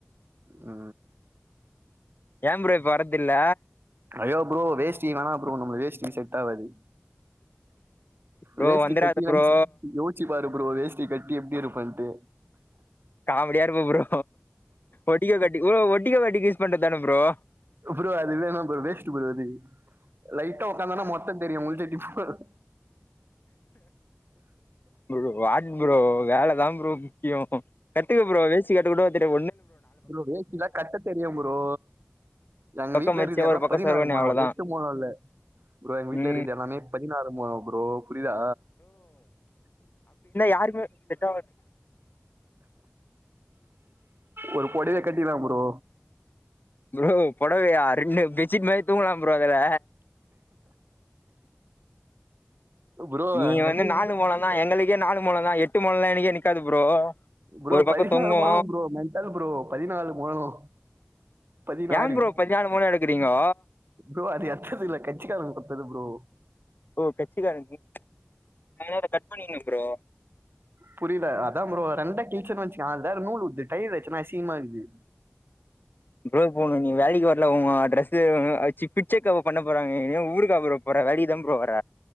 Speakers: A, on the right; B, on the left.
A: ஆ
B: ஏம் ப்ரோ இப்ப வர்றதில்ல
A: ஐயோ ப்ரோ வேஸ்டி வேணா ப்ரோ நம்ளு வேஸ்டி செட்டாவாது
B: ப்ரோ
A: வேஸ்டி
B: வந்துராத
A: <unintelligible>
B: ப்ரோ
A: யோச்சி பாரு ப்ரோ வேஸ்டி கட்டி எப்டி இருக்குன்ட்டு
B: காமடியா இருக்கு ப்ரோ ஒட்டிகோ கட்டிக்கோ ஓ ஒட்டிகோ கட்டிகோ யூஸ் பண்றத்தான ப்ரோ
A: ப்ரோ அது வேணாம் ப்ரோ வேஸ்ட்டு ப்ரோ அது லைட்டா ஒக்காந்தனா மொத்தத் தெரியு முஞ்சி <unintelligible>
B: ப்ரோ வாட் ப்ரோ வேலதாம் ப்ரோ முக்கியொ கத்துக்க ப்ரோ வேஸ்டி கட்டக் கூடவா தெரிய
A: ப்ரோ வேஸ்டிலா கட்டத் தெரியும் ப்ரோ எங்க
B: பக்கம்
A: வீட்ல
B: மடிச்சியா
A: இருக்குது எல்லா
B: ஒரு பக்கம்
A: பதினாறு
B: சர்வனி
A: மொழொ
B: அவ்ளோதா
A: எட்டு மொழொ இல்ல ப்ரோ எங்க வீட்ல
B: ம்
A: இருக்குற்து எல்லாமே பதினாறு மொழொ ப்ரோ புரிதா
B: யாருமே செட்டாவாத்
A: ஒரு பொடவயே கட்டில்லா ப்ரோ
B: ப்ரோ பொடவையா ரெண்டு பெட் ஷீட் மாரி தூங்கலாம் ப்ரோ அதுல
A: ப்ரோ
B: நீங்க
A: அங்கருந்து
B: வந்து நாலு மொழந்தா எங்களுக்கே நாலு மொழொ தா எட்டு மொழல்லா எனக்கே நிக்காது ப்ரோ
A: ப்ரோ
B: ஒரு
A: பதினாலு
B: பக்கோ தொங்கு
A: மொழொ ப்ரோ மென்ட்டல் ப்ரோ பதினாலு மொழொ பதினாறு
B: ஏ ப்ரோ பதினாலு மொழோ எடுக்குறீங்கோ
A: ப்ரோ அது எட்த்தது இல்ல கட்சிக் காரவ்ங்க குட்த்தது ப்ரோ
B: ஓ கச்சிக்கார நீங் இத கட் பண்ணிங்க ப்ரோ
A: புரியில அதாம் ப்ரோ ரெண்டா கிழ்ச்சன் வச்சிக்யா வேற நூல் உட்து டைரு வச்சுன்னா அசிங்மா இருக்து
B: ப்ரோ இப்போ நீ வேலைக்கி வர்ல உங்க ட்ரஸ்ஸு ஆ சிக் பிச்சக்காவா பண்ண போறாங்க எ ஊருக்கா ப்ரோ போ ற வேலைக்கி தாம் ப்ரோ வர